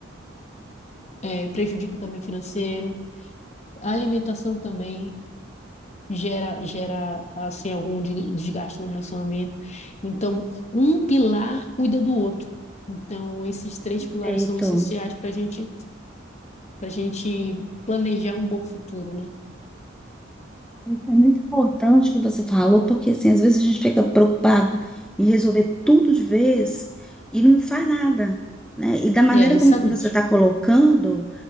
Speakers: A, on the left; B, in the centre.
A: é, é, prejudica também o financeiro. A alimentação também gera, gera assim, algum desgaste no relacionamento. Então, um pilar cuida do outro. Então, esses três pilares
B: Perfeito.
A: são essenciais para gente, para gente planejar um bom futuro, né?
B: Isso é muito importante o que você falou, porque assim, às vezes a gente fica preocupado em resolver tudo de vez e não faz nada, né? E da maneira
A: É, exatamente.
B: como que você está colocando,